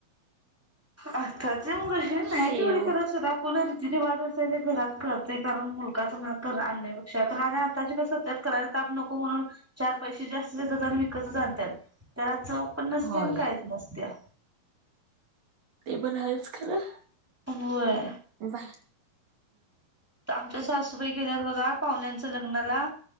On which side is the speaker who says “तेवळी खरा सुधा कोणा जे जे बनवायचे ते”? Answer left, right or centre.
Centre